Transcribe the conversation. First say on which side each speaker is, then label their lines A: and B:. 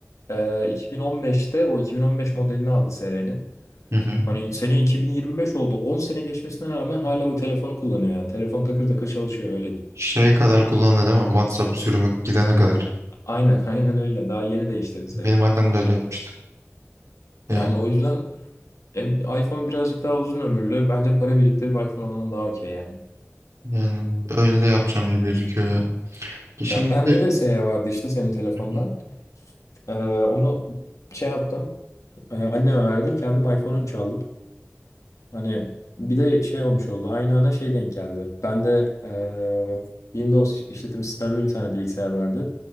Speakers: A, on the left; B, on the right.
A: e, 2015'te o 2015 modelini aldı serinin.
B: Hı hı.
A: Hani sene 2025 oldu. 10 sene geçmesine rağmen hala o telefonu kullanıyor yani. Telefon takır takır çalışıyor öyle diyeyim.
B: Şeye kadar kullandı değil mi? WhatsApp sürümü gidene kadar.
A: Aynen <laughs> aynen öyle. Daha yeni değiştirdi sayılır.
B: Benim annem de öyle yapmıştı. Ya
A: Yani o yüzden E, iPhone birazcık daha uzun ömürlü. Bence para biriktirip iPhone alman daha okey yani.
B: yani öyle yapacağım gibi gözüküyor ya. E Şimdi
A: Ya bende
B: bir de
A: de SE vardı işte senin telefondan.
B: Hı hı.
A: Ee, onu şey yaptım. e, anneme verdim. Kendim iPhone 13 aldım. Hani bir de şey olmuş oldu. Aynı ana şey denk geldi. Bende e, Windows işletim sistemli bir tane bilgisayar vardı.